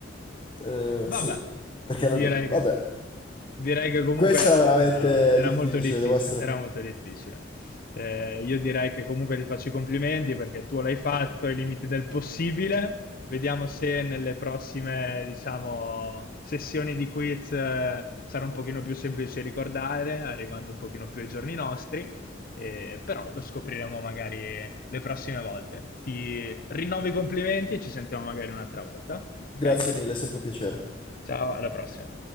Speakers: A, on the left; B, on the left.
A: Eh,
B: vabbè,
A: sì, perché
B: direi
A: non... Vabbè,
B: che, direi che comunque
A: questa era veramente
B: eh, era
A: difficile,
B: molto difficile,
A: devo essere...
B: era molto difficile. Eh, io direi che comunque ti faccio i complimenti perché tu l'hai fatto ai limiti del possibile Vediamo se nelle prossime, diciamo, sessioni di quiz eh, sarà un pochino più semplice ricordare, arrivando un pochino più ai giorni nostri, eh, però lo scopriremo magari le prossime volte. Ti rinnovo i complimenti e ci sentiamo magari un'altra volta,
A: Grazie
B: ok?
A: mille, è sempre un piacere.
B: Ciao, alla prossima.